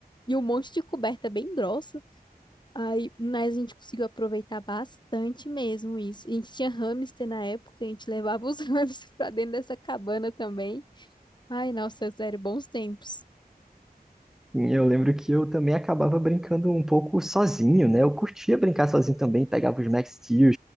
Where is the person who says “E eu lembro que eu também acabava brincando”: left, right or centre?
Centre